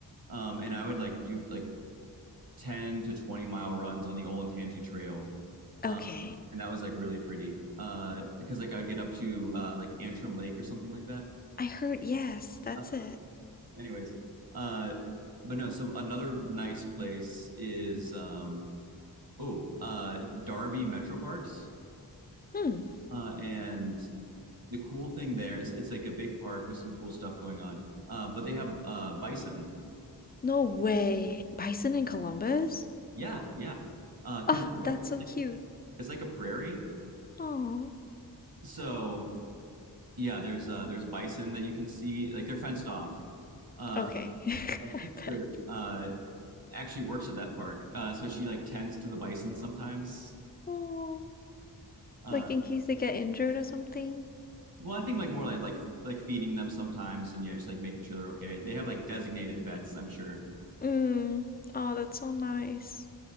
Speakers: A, on the right; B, on the left.
A: Um, and I would like do like 10 to 20 mile runs on the Olentangy Trail. Um,
B: Okay.
A: and that was like really pretty. Uh, because like I would get up to uh like Antrim Lake or something like that.
B: I heard yes, that's
A: Uh,
B: it.
A: anyways, uh, but no, so another nice place is um Oh, uh, Darby Metro Parks.
B: Hmm.
A: Uh, and the cool thing there is it's like a big park with some cool stuff going on. Uh, but they have uh, bison.
B: No way. Bison in Columbus?
A: Yeah, yeah. Uh, 'cause
B: Oh, that's
A: it's
B: so
A: like
B: cute.
A: it's like a prairie.
B: Oh.
A: So yeah, there's uh, there's bison that you can see. Like they're fenced off. Uh,
B: Okay. <laughs>
A: my
B: I
A: sister
B: bet.
A: uh, actually works at that park, uh, so she like tends to the bison sometimes.
B: Oh.
A: Uh,
B: Like in case they get injured or something.
A: well, I think like more like like like feeding them sometimes, and yeah, just like making sure they're okay. They have like designated vets, I'm sure.
B: Mm. Oh, that's so nice.